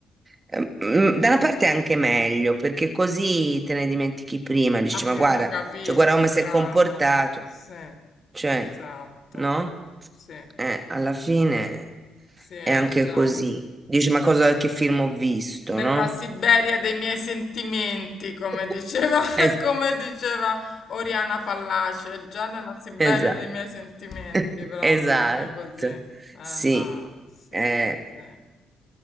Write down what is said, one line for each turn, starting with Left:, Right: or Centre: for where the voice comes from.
Right: Eh, mm, Da una parte è anche meglio perché così te ne dimentichi prima, dici
Left: Abbiamo
Right: ma guarda,
Left: capito,
Right: cioè guarda come
Left: bravo.
Right: si è comportato,
Left: Sì,
Right: cioè,
Left: esatto.
Right: no?
Left: Sì.
Right: Eh, alla fine
Left: Sì, è
Right: è anche
Left: già
Right: così. Dici, ma cosa, che film ho visto,
Left: nella
Right: no?
Left: Siberia dei miei sentimenti, come
Right: <laughs>
Left: diceva,
Right: Es-
Left: <laughs> come diceva Oriana Fallaci, è già nella Siberia
Right: esatto,
Left: dei miei sentimenti,
Right: <laughs>
Left: proprio
Right: esatto.
Left: uno così. Eh
Right: Sì,
Left: no, sì,
Right: eh,
Left: sì.